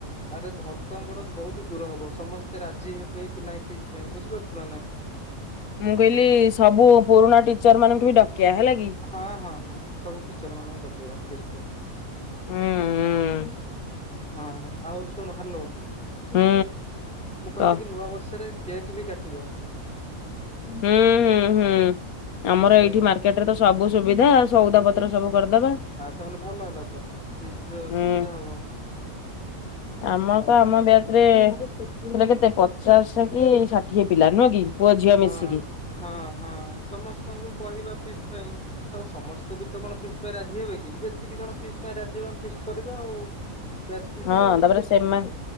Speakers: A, in the centre; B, on the left (about 80°).
A: ଆରେ ଧରତଙ୍ଗଡ଼ ବୋହୁତ ଦୂର ହବ ସମସ୍ତେ ରାଜି ହେବେ କି ନାଇଁ ଫିଷ୍ଟ ପାଇଁ ବୁଝିପାରୁଛୁ ନା ନାଇଁ?
B: ମୁଁ କହିଲି ସବୁ ପୁରୁଣା ଟିଚର ମାନଙ୍କୁ ବି ଡ଼କିଆ ହେଲା କି?
A: ହଁ ହଁ ହଁ ସବୁ ଟିଚର ମାନଙ୍କୁ ଡ଼କେଇବା ଫିଷ୍ଟ ରେ।
B: ଉଁ ଉଁ।
A: ହଁ ଆଉ ଶୁଣୁ ହ୍ୟାଲୋ।
B: ହୁଁ
A: ମୁଁ କହିଲି
B: କ
A: କି ନୂଆ ବର୍ଷରେ କେକ୍ ବି କାଟିବା।
B: ହୁଁ ହୁଁ ହୁଁ ଆମର
A: କେକ୍
B: ଏଇଠି ମାର୍କେଟ
A: ବି
B: ରେ ତ ସ ସବୁ ସୁବିଧା ସଉଦା ପତ୍ର ସବୁ କରିଦବା।
A: ଆଉ ତାହେଲେ ଭଲ ହେଲାତ ଫିଷ୍ଟ୍ ରେ
B: ହୁଁ
A: ସୁବିଧା ହବ
B: ଆମର
A: ଆଉ।
B: ତ ଆମ ବ୍ୟାଚ୍ ରେ ଥିଲେ କେତେ ପଚାଶେ କି ଷାଠିଏ ପିଲା ନୁହେଁ କି? ପୁଅ ଝିଅ
A: ହଁ
B: ମିଶିକି।
A: ହଁ ହଁ ସମସ୍ତଙ୍କୁ କହିବା ଫିଷ୍ଟ୍ ପାଇଁ। ସ ସମସ୍ତେ ବି ତ କଣ ଫିଷ୍ଟ୍ ପାଇଁ ରାଜି ହେବେ କି ଯେତିକି ଜଣ ଫିଷ୍ଟ୍ ପାଇଁ ରାଜି ହେବେ ଆମେ ଫିସ୍ କରିବା ଆଉ ବ୍ୟାଚ୍ ଫିଷ୍ଟ୍
B: ହଁ
A: ଆଉ।
B: ତାପରେ ସେମା